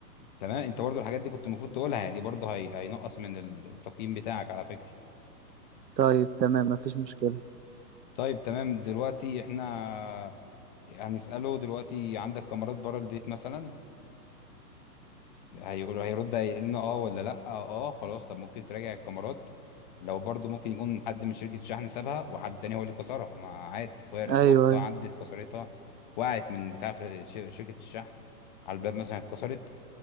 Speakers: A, on the left; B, on the right.
A: تمام انت برضو الحاجات دي كنت المفروض تقولها يعني دي برضو هي... هينقص من التقييم بتاعك على فكره
B: طيب تمام مفيش مشكله
A: طيب تمام دلوقتي احنا هنسأله دلوقتي عندك كاميرات بره البيت مثلا هيقول هيرد هيقول لنا اه ولا لا اه آه، خلاص طب ممكن تراجع الكاميرات لو برضو ممكن يكون حد من شركة الشحن سابها وحد تاني هو اللي كسرها ما عادي وارد
B: ايوه
A: قطة
B: ايوه
A: عدت كسرتها وقعت من بتاع خ- ش- شركة الشحن على الباب مثلا اتكسرت